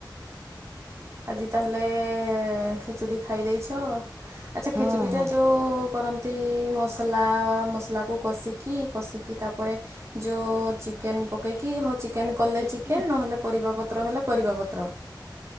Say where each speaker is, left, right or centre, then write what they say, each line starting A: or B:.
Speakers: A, on the right; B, on the right.
A: ଆଜି ତାହେଲେ ଖେଚୁଡି ଖାଇ ଦେଇଚ ଆଚ୍ଛା
B: ହଁ
A: ଖେଚୁଡିଟା
B: ହଁ
A: ଯୋଉ କରନ୍ତି ମସଲା ମସଲା କୁ କଷିକି କଷିକି ତାପରେ ଯୋଉ ଚିକେନ ପକେଇକି ହୋଉ ଚିକେନ କଲେ
B: କରିକି
A: ଚିକେନ ନହେଲେ ପରିବା ପ ତ୍ର ହେଲା ପରିବାପତ୍ର